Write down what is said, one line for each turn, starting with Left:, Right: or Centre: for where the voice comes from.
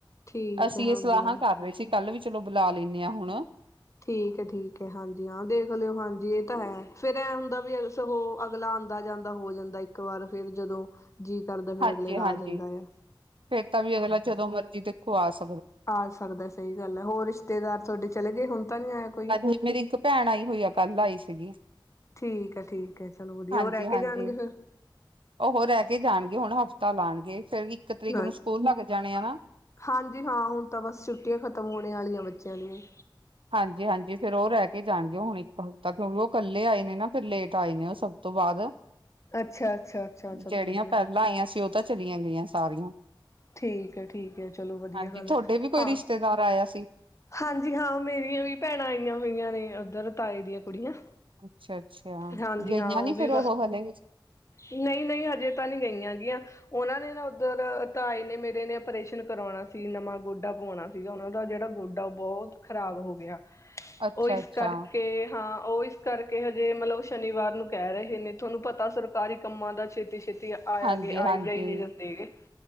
Left: ਠੀਕ
Right: ਅਸੀਂ
Left: ਹੈ ਹਾਂਜੀ
Right: ਇਹ ਸਲਾਹਾਂ
Left: ਹਾਂ
Right: ਕਰ ਰਹੇ ਸੀ ਕੱਲ ਵੀ ਚਲੋ ਬੁਲਾ ਲੈਂਦੇ ਹਾਂ ਹੁਣ
Left: ਠੀਕ ਹੈ, ਠੀਕ ਹੈ, ਹਾਂਜੀ ਹਾਂ ਦੇਖ ਲਿਓ ਹਾਂਜੀ ਇਹ ਤਾਂ ਹੈ ਫੇਰ ਐ ਹੁੰਦਾ ਵੀ ਅਗਲਾ ਆਉਂਦਾ ਜਾਂਦਾ ਹੋ ਜਾਂਦਾ ਇੱਕ ਵਾਰ, ਫੇਰ ਜਦੋਂ ਜੀਅ ਕਰਦਾ ਫੇਰ
Right: ਹਾਂਜੀ-ਹਾਂਜੀ
Left: ਅਗਲੇ ਦਾ ਆ ਜਾਂਦਾ ਐ
Right: ਫੇਰ ਤਾਂ ਵੀ ਅਗਲਾ ਜਦੋਂ ਮਰਜੀ ਦੇਖੋ ਆਸ
Left: ਆ ਸਕਦਾ ਸਹੀ ਗੱਲ ਹੈ, ਹੋਰ ਰਿਸ਼ਤੇਦਾਰ ਤੁਹਾਡੇ ਚਲੇ ਗਏ, ਹੁਣ ਤਾਂ ਨਹੀਂ ਆਇਆ ਕੋਈ।
Right: ਹਾਂਜੀ ਮੇਰੀ ਇੱਕ ਭੈਣ ਆਈ ਹੋਈ ਆ ਕੱਲ ਆਈ ਸੀਗੀ
Left: ਠੀਕ ਹੈ ਠੀਕ ਹੈ ਚਲੋ ਵਧੀਆ
Right: ਹਾਂਜੀ
Left: ਉਹ ਰਹਿ ਕੇ
Right: ਹਾਂਜੀ
Left: ਜਾਣਗੇ ਫਿਰ
Right: ਔਹ ਰਹਿ ਕੇ ਜਾਣਗੇ ਹੁਣ ਹਫ਼ਤੇ ਤਾ ਲਾਉਣਗੇ ਫਿਰਰ ਵੀ ਇੱਕ ਤਰੀਕ
Left: ਹਾਂ
Right: ਨੂੰ ਸਕੂਲ ਲੱਗ ਜਾਣੇ ਆ ਨਾ
Left: ਹਾਂਜੀ ਹਾਂ ਹੁਣ ਤਾਂ ਬਸ ਛੁੱਟੀਆਂ ਖ਼ਤਮ ਹੋਣੇ ਵਾਲੀਆਂ ਬੱਚਿਆਂ ਦੀਆਂ
Right: ਹਾਂਜੀ ਹਾਂਜੀ ਫਿਰ ਉਹ ਰਹਿ ਕੇ ਜਾਣਗੇ ਹੁਣ ਇੱਕ ਹਫ਼ਤਾ, ਕਿਉਂਕਿ ਉਹ ਇਕੱਲੇ ਆਏ ਨੇ ਨਾ ਫਿਰ ਲੇਟ ਆਏ ਨੇ ਉਹ ਸਭ ਤੋਂ ਬਾਅਦ
Left: ਅੱਛਾ ਅੱਛਾ ਅੱਛਾ ਚਲੋ
Right: ਜਿਹੜੀਆਂ
Left: ਵਧੀਆ
Right: ਪਹਿਲਾਂ ਆਈਆਂ ਸੀ, ਉਹ ਤਾਂ ਚਲੀਆਂ ਗਈਆਂ ਸਾਰੀਆਂ
Left: ਠੀਕ ਹੈ ਠੀਕ ਹੈ ਚਲੋ ਵਧੀਆ
Right: ਹਾਂਜੀ
Left: ਗੱਲ
Right: ਤੁਹਾਡੇ
Left: ਹੈ,
Right: ਵੀ ਕੋਈ
Left: ਹਾਂ
Right: ਰਿਸ਼ਤੇਦਾਰ ਆਇਆ ਸੀ।
Left: ਹਾਂਜੀ ਹਾਂ ਮੇਰੀਆਂ ਵੀ ਭੈਣਾਂ ਆਈਆਂ ਹੋਈਆਂ ਨੇ, ਉੱਧਰ ਤਾਏ ਦੀਆਂ ਕੁੜੀਆਂ।
Right: ਅੱਛਾ ਅੱਛਾ
Left: ਹਾਂਜੀ
Right: ਗਈਆਂ
Left: ਹਾਂ
Right: ਨੀ
Left: ਵੀ
Right: ਫੇਰ ਉਹ ਹਾਲੇ
Left: ਨਹੀਂ ਨਹੀਂ ਹਜੇ ਤਾਂ ਨਹੀਂ ਗਈਆਂ ਹੈਗੀਆਂ, ਉਹਨਾਂ ਨੇ ਨਾ ਉੱਧਰ ਤਾਏ ਨੇ ਮੇਰੇ ਨੇ ਆਪਰੇਸ਼ਨ ਕਰਵਾਉਣਾ ਸੀ ਨਵਾਂ ਗੋਡਾ ਪਾਵਾਉਣਾ ਸੀਗਾ, ਉਹਨਾਂ ਦਾ ਜਿਹੜਾ ਗੋਡਾ ਉਹ ਬਹੁਤ ਖ਼ਰਾਬ ਹੋ ਗਿਆ।
Right: ਅੱਛਾ-ਅੱਛਾ
Left: ਔ ਇਸ ਕਰਕੇ ਹਾਂ ਔ ਇਸ ਕਰਕੇ ਹਜੇ ਮਤਲਬ ਸ਼ਨੀਵਾਰ ਨੂੰ ਕਹਿ ਰਹੇ ਨੇ, ਤੁਹਾਨੂੰ ਪਤਾ ਸਰਕਾਰੀ ਕੰਮਾਂ ਦਾ ਛੇਤੀ ਛੇਤੀ ਆਇਆ
Right: ਹਾਂਜੀ-ਹਾਂਜੀ,
Left: ਗ ਆਏ ਗ ਹੀ ਨਹੀਂ ਦਿੰਦੇ,